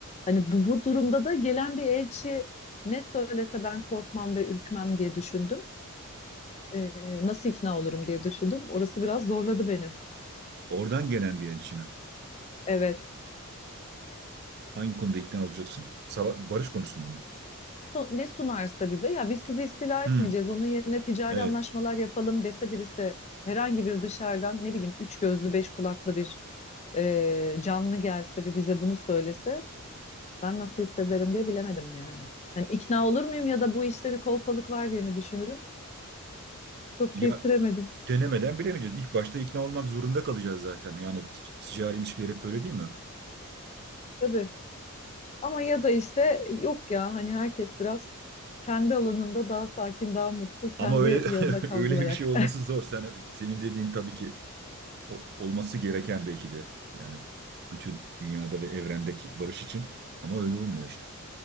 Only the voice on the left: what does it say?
Hani bu, bu durumda da gelen bir elçi ne söylese ben korkmam ve ürkmem diye düşündüm. Ee, nasıl ikna olurum diye düşündüm. Orası biraz zorladı beni.
Evet.
su- ne sunarsa bize ya biz sizi istila
etmeyeceğiz onun yerine ticari
anlaşmalar yapalım dese birisi herhangi bir dışarıdan ne bileyim üç gözlü beş kulaklı bir e, canlı gelse ve bize bunu söylese ben nasıl hissederim diye bilemedim yani. Hani ikna olur muyum ya da bu işte bir kolpalık var diye mi düşünürüm? Çok
kestiremedim
tabii. Ama ya da işte yok ya hani herkes biraz kendi alanında daha sakin, daha mutlu, kendi
yanında
kavrularak